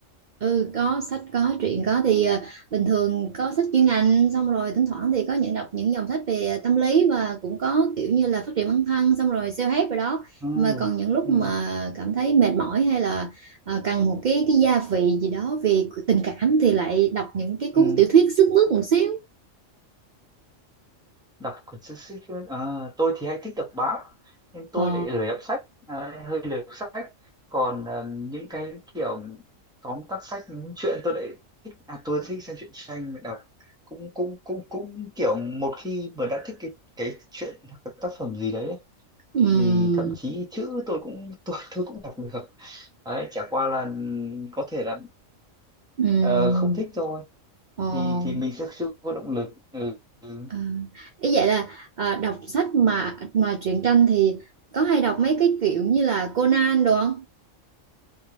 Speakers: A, on the right; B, in the centre.
A: Ừ có sách có truyện có thì ờ, bình thường có sách chuyên ngành xong rồi thỉnh thoảng thì có những đọc những dòng sách về tâm lý và cũng có kiểu như là phát triển bản thân xong rồi self-help rồi đó
B: ừ,
A: nhưng mà còn những lúc
B: ừ,
A: mà cảm thấy mệt mỏi hay là ờ, cần một cái cái gia vị gì đó về tình cảm thì lại đọc những cái cuốn
B: ừ.
A: tiểu thuyết sức mướt một xíu
B: đọc cuốn sách sách truyện Ờ, tôi thì hay thích đọc báo nên
A: ờ
B: tôi lại lười đọc sách Đấy, hơi lười đọc sách còn ờ, những cái kiểu tóm tắt sách những truyện tôi lại thích à tôi thích xem truyện tranh mà đọc cũng cũng cũng cũng kiểu một khi mà đã thích cái cái chuyện hoặc cái tác phẩm gì đấy
A: ừm,
B: thì thậm chí chữ tôi cũng tôi tôi cũng đọc được đấy chả qua là có thể là
A: ừm,
B: ờ, không thích thôi
A: ờ
B: thì thì mình sẽ chưa có động lực ừ. ừ.
A: ờ. ý vậy là ờ, đọc sách mà mà truyện tranh thì có hay đọc mấy cái kiểu như là Conan đồ không